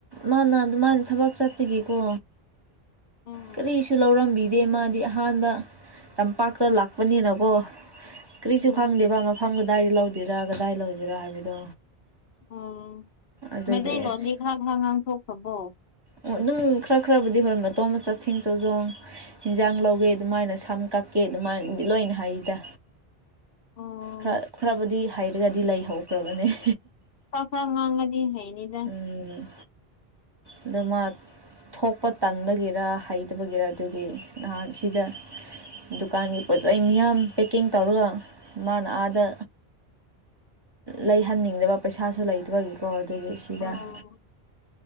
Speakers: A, on the right; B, on the left.
A: ꯃꯥꯅ ꯑꯗꯨꯃꯥꯏꯅ ꯊꯕꯛ ꯆꯠꯄꯒꯤꯀꯣ
B: ꯎꯝ
A: ꯀꯔꯤꯁꯨ ꯂꯧꯔꯝꯕꯤꯗꯦ ꯃꯥꯗꯤ ꯑꯍꯥꯟꯕ ꯇꯝꯄꯥꯛꯇ ꯂꯥꯛꯄꯅꯤꯅꯒꯣ ꯀꯔꯤꯁꯨ
B: ꯎꯝ
A: ꯈꯪꯗꯦꯕ ꯃꯐꯝ ꯀꯗꯥꯏꯗ ꯂꯧꯗꯣꯏꯔꯥ ꯀꯗꯥꯏ ꯂꯣꯏꯗꯣꯏꯔ ꯍꯥꯏꯕꯗꯣ
B: ꯑꯣ
A: ꯑꯗꯨꯒꯤ
B: ꯃꯩꯇꯩꯂꯣꯟꯗꯤ
A: ꯑꯁ
B: ꯈꯔ ꯈꯔ ꯉꯥꯡꯊꯣꯛꯈ꯭ꯔꯕꯣ
A: ꯑꯣ ꯑꯗꯨꯝ ꯈꯔ ꯈꯔꯕꯨꯗꯤ ꯍꯣꯏ ꯃꯇꯣꯝꯗ ꯆꯠꯁꯤꯡ ꯆꯥꯖꯣꯡ ꯍꯤꯟꯖꯥꯡ ꯂꯧꯒꯦ ꯑꯗꯨꯃꯥꯏꯅ ꯁꯝ ꯀꯛꯀꯦ ꯑꯗꯨꯃꯥꯏꯅꯗꯤ ꯂꯣꯏꯅ ꯍꯩꯗ
B: ꯎꯝ
A: ꯈꯔ ꯈꯔꯕꯨꯗꯤ ꯍꯩꯔꯒꯗꯤ ꯂꯩꯍꯧꯈ꯭ꯔꯕꯅꯦ
B: ꯐꯥꯛ ꯐꯥꯛ ꯉꯥꯡꯉꯗꯤ ꯍꯩꯅꯤꯗꯥ
A: ꯎꯝ ꯑꯗꯨꯃꯥꯠ ꯊꯣꯛꯄ ꯇꯟꯕꯒꯤꯔ ꯍꯩꯇꯕꯒꯤꯔ ꯗꯨꯒꯤ ꯅꯍꯥꯟ ꯁꯤꯗ ꯗꯨꯀꯥꯟꯒꯤ ꯄꯣꯠꯆꯩ ꯃꯤꯌꯥꯝ ꯄꯦꯛꯀꯤꯡ ꯇꯧꯔꯒ ꯃꯥꯅ ꯑꯥꯗ ꯂꯩꯍꯟꯅꯤꯡꯗꯕ ꯄꯩꯁꯥꯁꯨ ꯂꯩꯇꯕꯒꯤꯀꯣ ꯑꯗꯨꯒꯤ ꯁꯤꯗꯥ
B: ꯑꯥ
A: <inaudible>